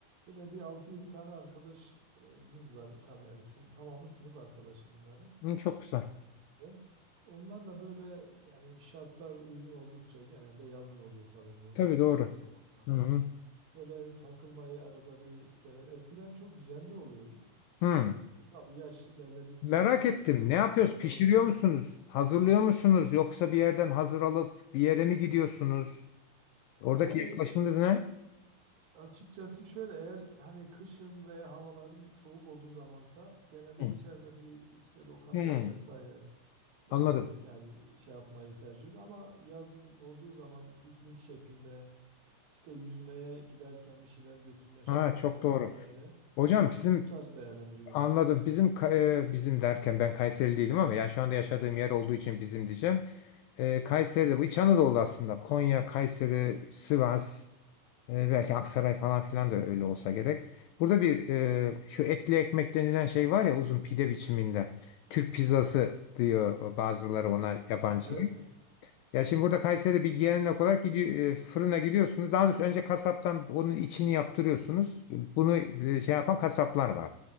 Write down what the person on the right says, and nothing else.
Böyle bir altı yedi tane arkadaşımız var. Tam, yani sın- tamamı sınıf arkadaşı bunların
liseden. Onlarla böyle yani şartlar uygun oldukça genelde yazın oluyor tabii bu
e, zaman olarak.
Böyle takılmayı arada bir sever. Eskiden çok düzenli oluyordu.
E, tabii yaş ilerledikçe
çoluk
çocuk
sorumluluklar
vesaire.
Yani
Açıkçası şöyle eğer hani kışın veya havaların soğuk olduğu zamansa genelde
içeride bir işte lokantada
vesaire e,
yani şey yapmayı tercih ediyoruz. Ama yazın olduğu zaman piknik şeklinde işte yüzmeye giderken bir şeyler götürme
şeklinde
vesaire
e, bu tarz değerlendiriyoruz.
Evet. evet.